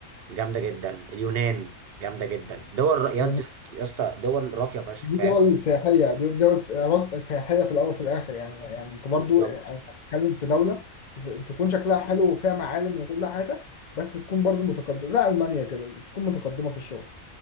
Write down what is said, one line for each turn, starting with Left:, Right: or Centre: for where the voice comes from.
Right: جامده جدا اليونان جامده جدا دول يا
Left: لأن
Right: يا اسطى دول راقيه فشخ
Left: دي
Right: فاهم
Left: دول سياحية دي دول سيارات- سياحية في الأول وفي الآخر يعني يعني أنت برضو
Right: بالظبط
Left: آه، أنا بتكلم في دولة ز- تكون شكلها حلو وفيها معالم وكل حاجة بس تكون برضو متقدمة زي ألمانيا كده تكون متقدمة في الشغل